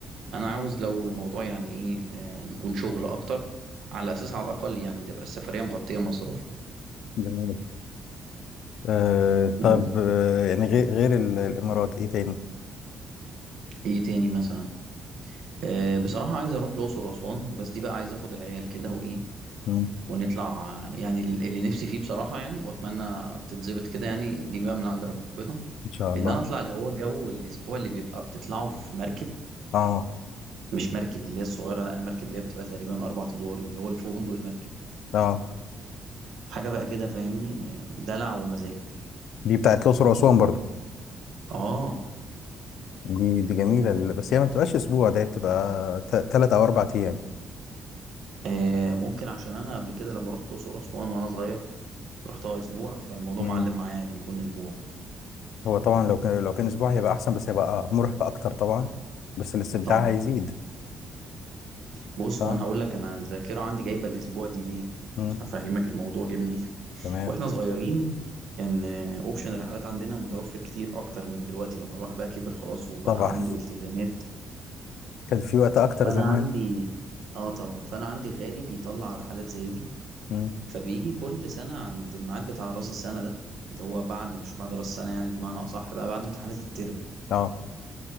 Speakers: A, on the right (about 70°); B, on the left (about 75°).
A: انا عاوز لو الموضوع يعني ايه آه، يكون شغل اكتر على اساس على الاقل يعني تبقى السفريه مغطيه مصروفها
B: جميل آه طب
A: بس.
B: آه يعني غير غير ال- الامارات ايه تاني
A: ايه تاني مثلا آه، بصراحه عايز اروح الاقصر واسوان بس دي بقى عايز اخد العيال كده وايه
B: مم.
A: ونطلع آه، يعني ال- اللي نفسي فيه بصراحه يعني واتمنى تتظبط كده يعني دي بقى من عند ربنا
B: ان شاء الله
A: ان انا اطلع اللي هو جو الاسبوع اللي بيبقى بتطلعه في مركب
B: اه
A: مش مركب اللي هي الصغيرة لا المركب اللي هي بتبقى تقريبا أربع أدوار دي اللي هو الفندق المركب ده
B: اه
A: حاجة بقى كده فاهمني دلع ومزاج
B: دي بتاعت الاقصر واسوان برضو
A: آه
B: دي دي جميله ال- بس هي ما بتبقاش اسبوع ده بتبقى ثلاث او اربع ايام
A: آه، ممكن عشان أنا قبل كده لما رحت الأقصر وأسوان وأنا صغير رحتها أسبوع فالموضوع
B: مم.
A: معلم معايا إن يكون أسبوع
B: هو طبعا لو كان لو كان اسبوع هيبقى احسن بس هيبقى مرهق اكتر طبعا بس الاستمتاع
A: طبعا
B: هيزيد
A: بص
B: اه
A: هو أنا هقول لك أنا الذاكرة عندي جايبة الأسبوع دي ليه
B: مم.
A: هفهمك الموضوع جه منين <laughs>
B: تمام
A: وإحنا صغيرين كان أوبشن الرحلات عندنا متوفر كتير أكتر من دلوقتي لما الواحد بقى كبر خلاص وبقى
B: طبعا
A: عنده
B: <laughs>
A: التزامات
B: كان في وقت اكتر
A: فانا
B: زمان
A: عندي اه طبعا فانا عندي خالي بيطلع رحلات زي دي
B: مم.
A: فبيجي كل سنه عند الميعاد بتاع راس السنه ده اللي هو بعد مش بعد راس السنه يعني بمعنى اصح بقى بعد امتحانات الترم
B: اه